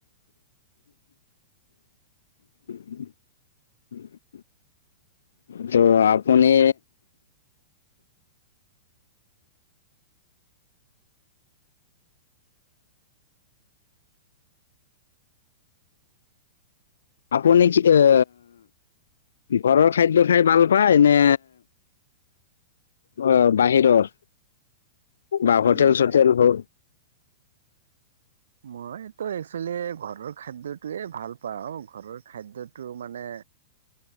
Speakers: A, on the left; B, on the right.
A: <unintelligible> ত আপুনি আপুনি কিটো অ ঘৰৰ খাদ্য খাই ভাল পায় নে, অ বাহিৰৰ বা হোটেল
B: মই
A: চোটেল বোৰ
B: মই তো একচুৱেলি ঘৰৰ খাদ্যটোয়ে ভাল পাওঁ ঘৰৰ খাদ্যটো মানে